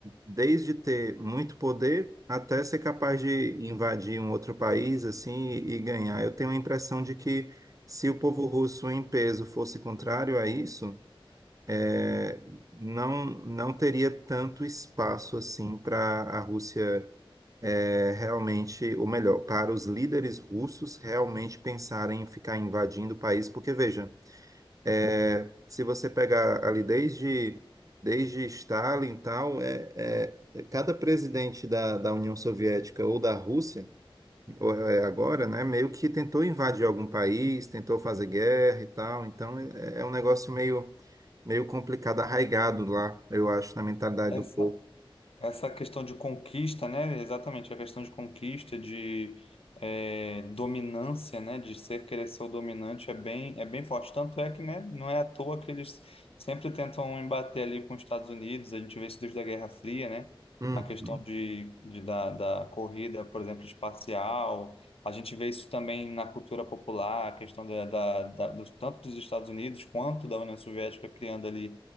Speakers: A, on the right; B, on the left.
A: desde ter muito poder até ser capaz de invadir um outro país assim e, e ganhar. Eu tenho a impressão de que se o povo russo em peso fosse contrário a isso, é, não não teria tanto espaço assim para a Rússia é, realmente, ou melhor, para os líderes russos realmente pensarem em ficar invadindo o país, porque veja é, se você pegar ali desde, desde Stalin e tal, é, é- é cada presidente da, da União Soviética ou da Rússia, ou é agora, né, meio que tentou invadir algum país, tentou fazer guerra e tal. Então é, é um negócio meio, meio complicado, arraigado lá, eu acho, na mentalidade
B: Essa,
A: do povo.
B: Essa questão de conquista, né? Exatamente, a questão de conquista, de eh, dominância, né? De ser querer ser o dominante é bem, é bem forte. Tanto é que, né? Não é à toa que eles sempre tentam embater ali com os Estados Unidos. A gente vê isso desde a Guerra Fria, né?
A: Uhum,
B: A questão de, de- da, da corrida, por exemplo, espacial. A gente vê isso também na cultura popular, a questão da, da, da- dos, tanto dos Estados Unidos quanto da União Soviética criando ali